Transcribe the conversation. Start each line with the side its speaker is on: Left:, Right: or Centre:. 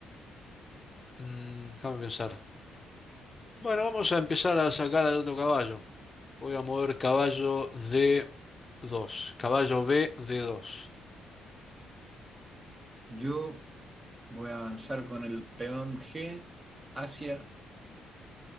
Left: mm, déjame pensar. Bueno, vamos a empezar a sacar al otro caballo. Voy a mover caballo D2. Caballo B, D2.
Right: Yo voy a avanzar con el peón G hacia